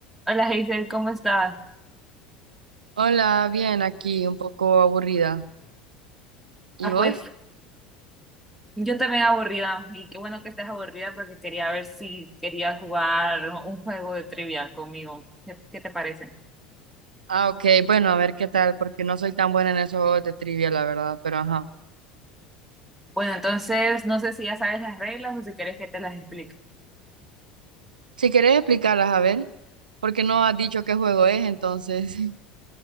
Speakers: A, in the centre; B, on the right (about 80°).
A: Hola Hazel, ¿cómo estás?
B: Hola, bien, aquí un poco aburrida. ¿Y
A: Ah,
B: vos?
A: pues yo también aburrida y qué bueno que estés aburrida porque quería ver si querías jugar un juego de trivia conmigo. ¿Qué, qué te parece?
B: Ah, ok, bueno, a ver qué tal, porque no soy tan buena en esos juegos de trivia, la verdad, pero ajá.
A: Bueno, entonces no sé si ya sabes las reglas o si quieres que te las explique.
B: Si querés explicarlas, a ver, porque no has dicho qué juego es, entonces. <laughs>